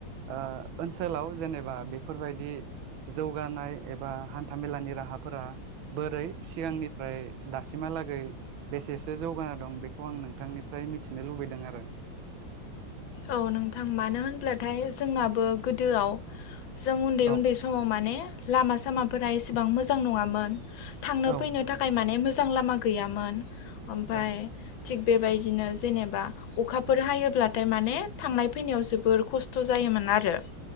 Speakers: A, on the right (about 90°); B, on the left (about 85°).
A: ओ ओनसोलाव जेनेबा बेफोरबायदि जौगानाय एबा हान्थामेलानि राहाफोरा बोरै सिगांनिफ्राय दासिमा लागै बेसेसो जौगाना दं बेखौ आं नोंथांनिफ्राय मि <unintelligible> मिथिनो लुबैदों आरो।
B: औ नोंथां मानो होनब्लाथाय जोंनाबो गोदोआव जों उन्दै
A: औ
B: उन्दै समाव माने लामा सामाफोरा एसेबां मोजां नङामोन। थांनो
A: औ
B: फैनो
A: नंगौ
B: थाखाय माने मोजां लामा गैयामोन ओमफाय
A: औ
B: थिग बेबायदिनो जेनेबा अखाफोर हायोब्ला थाय माने थांनाय फैनायाव जोबोर खस्थ' जायोमोन आरो।